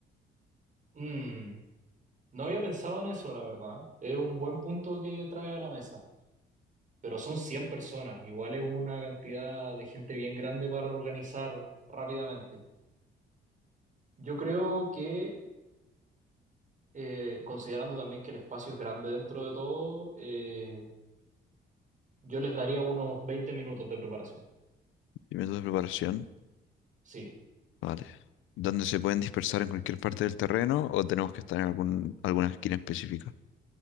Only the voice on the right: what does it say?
Mm, no había pensado en eso, la verdad. Es un buen punto que trae a la mesa, pero son 100 personas, igual es una cantidad de gente bien grande para organizar rápidamente. Yo creo que, eh, considerando también que el espacio es grande dentro de todo, eh, Yo les daría unos 20 minutos de preparación.
Sí.